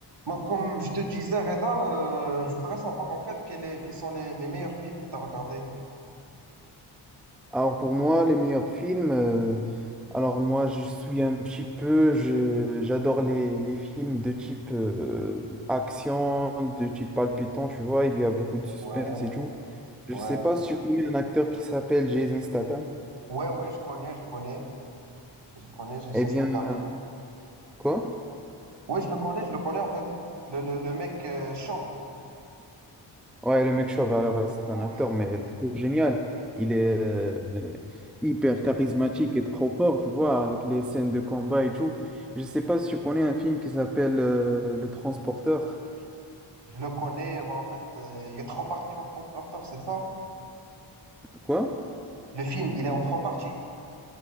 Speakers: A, on the right (about 55°); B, in the centre.
A: Moi, comme je te disais, Reda, euh, je voudrais savoir en fait quel est- quels sont les, les meilleurs films que tu as regardés.
B: Alors pour moi, les meilleurs films, euh, alors moi je suis un petit peu, je, j'adore les, les films de type euh, action, de type palpitant, tu vois, il y a beaucoup de suspense
A: Ouais,
B: et tout.
A: ouais.
B: Je sais pas si tu connais un acteur qui s'appelle Jason Statham.
A: Ouais, ouais, je connais, je connais. Je connais Jason
B: Eh bien,
A: Statham.
B: euh, quoi?
A: Ouais, je le connais, je le connais en fait. Le, le, le mec euh, chauve.
B: Ouais, le mec chauve, alors euh, c'est un
A: Ouais,
B: acteur, mais trop génial. Il est euh, mais hyper charismatique et trop fort, tu vois, avec les scènes de combat et tout. Je sais pas si tu connais un film qui s'appelle euh, Le Transporteur.
A: je le connais. bah, en fait, euh, il y a trois parties en Transporteur, c'est ça?
B: Quoi?
A: Le film, il est en trois parties.